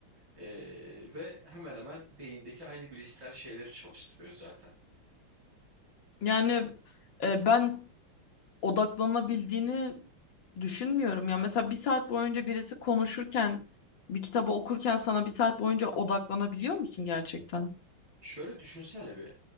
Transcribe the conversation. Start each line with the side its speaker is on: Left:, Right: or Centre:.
Right: Eee, ve hemen hemen beyindeki aynı bilişsel şeyleri çalıştırıyor zaten.
Left: Yani e, ben odaklanabildiğini düşünmüyorum. Ya mesela bir saat boyunca birisi konuşurken, bir kitabı okurken sana bir saat boyunca odaklanabiliyor musun gerçekten?
Right: Şöyle düşünsene bir.